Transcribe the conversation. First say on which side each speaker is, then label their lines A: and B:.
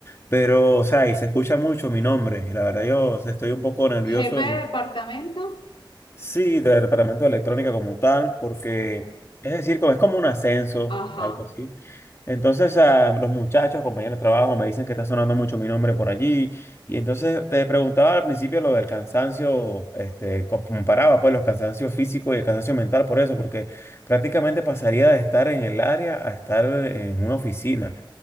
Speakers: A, on the left; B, on the left.
A: pero, o sea, y se escucha mucho mi nombre, y la verdad yo estoy un poco nervioso
B: Jefe de departamento.
A: Sí, del departamento de electrónica como tal, porque
B: ¿no?
A: es decir, como- es como un ascenso,
B: Ajá,
A: algo así. Entonces, ah, los muchachos, compañeros de trabajo, me dicen que está sonando mucho mi nombre por allí. Y entonces te preguntaba al principio lo del cansancio, este, co- comparaba pues los cansancios físicos y el cansancio mental por eso, porque prácticamente pasaría de estar en el área a estar en una oficina.